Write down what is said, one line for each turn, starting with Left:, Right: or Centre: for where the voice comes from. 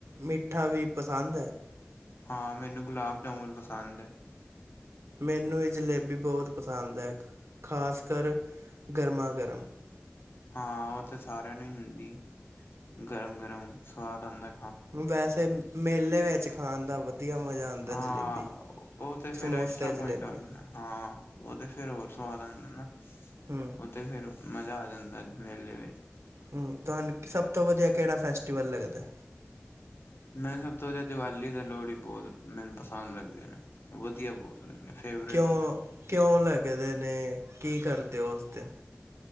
Right: ਮਿੱਠਾ ਵੀ ਪਸੰਦ ਐ?
Left: ਹਾਂ, ਮੈਨੂੰ ਗੁਲਾਬ-ਜਾਮੁਨ ਪਸੰਦ ਐ।
Right: ਮੈਨੂੰ ਇਹ ਜਲੇਬੀ ਬਹੁਤ ਪਸੰਦ ਐ, ਖਾਸ ਕਰ ਗਰਮਾ-ਗਰਮ।
Left: ਹਾਂ, ਉਹ ਤੇ ਸਾਰਿਆਂ ਨੂੰ ਈ ਹੁੰਦੀ, ਗਰਮ-ਗਰਮ ਸਵਾਦ ਆਂਦਾ।
Right: ਵੈਸੇ ਮੇਲੇ ਵਿੱਚ ਖਾਣ ਦਾ ਵਧੀਆ ਮਜ਼ਾ ਆਉਂਦਾ
Left: ਹਾਂ,
Right: ਜਲੇਬੀ
Left: ਉਹ ਤੇ
Right: ਸਮੋਸੇ
Left: ਫਿਰ ਐਕਸਟਰਾ
Right: ਜਲੇਬੀ
Left: ਪੁਆਇੰਟ ਆ ਗਿਆ ਨਾ ਹਾਂ। ਓ ਤੇ ਫੇਰ ਹੋਰ ਸਵਾਦ ਆਂਦਾ ਨਾ।
Right: ਹੂ।
Left: ਓ ਤੇ ਫੇਰ ਮਜ਼ਾ ਆ ਜਾਂਦਾ ਮੇਲੇ ਵਿੱਚ।
Right: ਹੂ, ਤੁਹਾਨੂੰ ਸਭ ਤੋਂ ਵਧੀਆ ਕਿਹੜਾ ਫੈਸਟੀਵਲ ਲੱਗਦਾ?
Left: ਮੈਨੂੰ ਸਭ ਤੋਂ ਜਾਦੇ ਦੀਵਾਲੀ ਤੇ ਲੋਹੜੀ ਬਹੁਤ ਮੈਨੂੰ ਪਸੰਦ ਲੱਗਦੇ ਨੇ। ਵਧੀਆ ਬਹੁਤ ਲੱਗਦੇ, ਫੇਵਰੇਟ
Right: ਕਿਉਂ
Left: ਹੈਗੇ।
Right: ਕਿਉਂ ਲੱਗਦੇ ਨੇ, ਕੀ ਕਰਦੇ ਓ ਉਸ ਦਿਨ?